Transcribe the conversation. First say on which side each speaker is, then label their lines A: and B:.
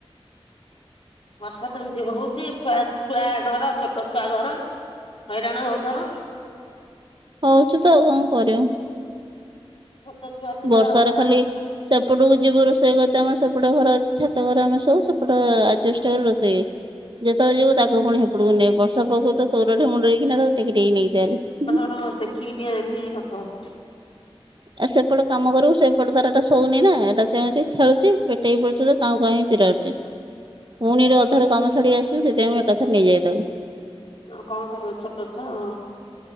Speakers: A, on the left (about 65°); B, on the right (about 50°).
A: ବର୍ଷା କେମିତି ହଉଛି ଛୁଆ, ଛୁଆ ଘର ଛୋଟ ଛୁଆ ଘର ହଇରାଣ ହଉଥିବ?
B: ହଉଚୁତ ଆଉ କଣ କରିବୁ?
A: ଛୋଟ ଛୁଆ ଥିଲେ
B: ବର୍ଷାରେ
A: ହଇରାଣ
B: ଖାଲି ସେପଟକୁ ଯିବୁ ରୋଷେଇ କରତେ ଆମର ସେପଟ ଘର ଅଛି ଛାତ ଘର ଆମେ ଶୋଉ ସେପଟ ଆଜବେଷ୍ଟ ଘରେ ରୋଷେଇ। ଯେତେବେଳେ ଯିବୁ ତାକୁ ପୁଣି ହେପଟକୁ ନେ, ବର୍ଷା ପକଉଥିବ ତୋରଠି ମୁଣ୍ଡେଇକି ନେଲା ବେଳକୁ ତାକୁ ଟେକି ଟେକି ନେଇ ଚାଲେ।
A: ହଁ ଦେଖିକି ଟିକେ ଦେଖିକି କରୁଥିବ।
B: ଆ ସେପଟେ କାମ କରିବୁ ସେପଟେ ତାରଟା ଶୋଉନି ନା ଏଟା ଚେଉଁଛି ଖେଳୁଛି ପେଟେଇ ପଡୁଛି ତ। କାଉଁ କାଉଁ ହେଇ ଚିରାଡୁଛି। ପୁଣିରୁ ଅଧାରୁ କାମ ଛାଡ଼ି ଆସିବୁ ସେଥିପାଇଁ ମୁଁ ଏକ ଥରେ ନେଇଯାଏ ତାକୁ।
A: ଆଉ କଣ କରିବ ଛୋଟ ଛୁଆ ଆଉ।